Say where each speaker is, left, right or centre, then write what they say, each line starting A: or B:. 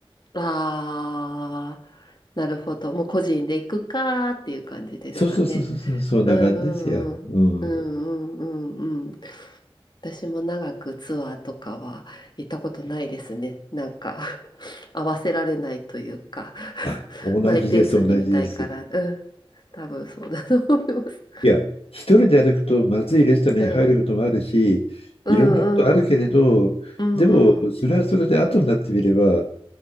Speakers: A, on the left (about 50°); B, on the left (about 75°).
A: ああ、なるほど。もう個人で行くかーっていう感じですかね。
B: そうそうそうそう、そうそんな感じですよ。
A: うんうんうんうんうんうんうん
B: うん。
A: 私も長くツアーとかは行ったことないですね。なんか <laughs> 合わせられないというか <laughs>
B: あ、同じです、
A: マイペースに見たいから、
B: 同じです。
A: うん、多分そうだと思います。
B: いや、一人で歩くとまずいレストランに入ることもあるし、
A: うん、うんうん
B: いろんなことあるけれど、
A: うんう
B: でもそれはそれで後になってみれば、